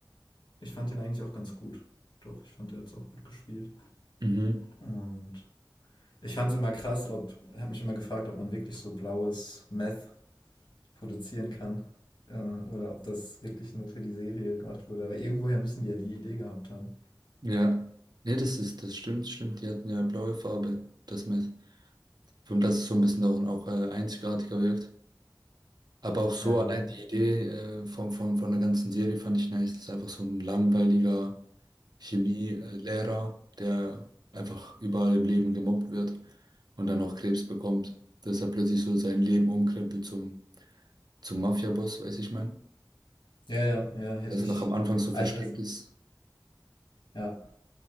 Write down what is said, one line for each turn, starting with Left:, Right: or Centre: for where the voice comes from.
Left: ich fand den eigentlich auch ganz gut. Doch, ich fand, der hat es auch gut gespielt.
Right: Mhm.
Left: Und Ich fand es immer krass, ob, habe mich immer gefragt, ob man wirklich so blaues Meth produzieren kann. Äh, oder ob das wirklich nur für die Serie gemacht wurde. Aber irgendwoher müssen die ja die Idee gehabt haben.
Right: Ja. Nee, das ist, das stimmt, stimmt. Die hatten ja blaue Farbe, das Meth. Von das ist so ein bisschen auch, auch äh, einzigartiger wirkt. Aber auch so
Left: Ja, genau.
Right: allein die Idee äh, von, von, von der ganzen Serie fand ich nice. Das ist einfach so ein langweiliger Chemielehrer, der einfach überall im Leben gemobbt wird und dann noch Krebs bekommt. Dass er plötzlich so sein Leben umkrempelt zum, zum Mafia-Boss, weiß ich mein.
Left: Ja, ja, ja, hätte
Right: Das
Left: ich.
Right: noch am Anfang so versteckt
Left: Ah, ich weiß nicht.
Right: ist.
Left: Ja.